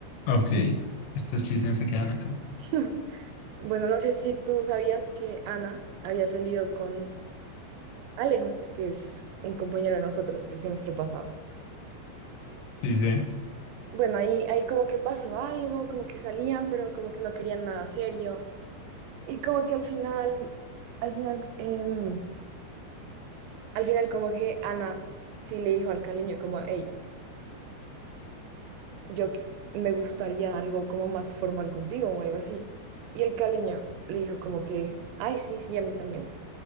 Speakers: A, on the left; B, on the right.
A: Ok. Estos chismes se quedan acá.
B: <laughs> Bueno, no sé si tú sabías que Ana había salido con Alejo, que es un compañero de nosotros el semestre pasado.
A: Sí, sí.
B: Bueno, ahí, ahí como que pasó algo, como que salían, pero como que no querían nada serio. Y como que al final, al final, em, al final como que Ana sí le dijo al caleño como, hey, yo qu- me gustaría algo como más formal contigo o algo así. Y el caleño le dijo como que, ay, sí, sí, a mí también.